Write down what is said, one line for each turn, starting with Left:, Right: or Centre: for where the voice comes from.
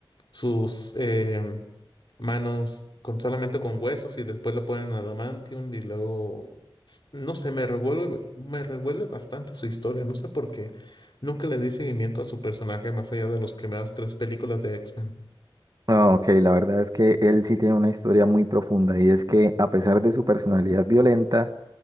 Left: sus em, manos con solamente con huesos y después lo ponen adamantium y luego, s- no sé, me revuelve, me revuelve bastante su historia, no sé por qué. Nunca le di seguimiento a su personaje más allá de las primeras tres películas de X-Men.
Right: Ah, ok, la verdad es que él sí tiene una historia muy profunda y es que a pesar de su personalidad violenta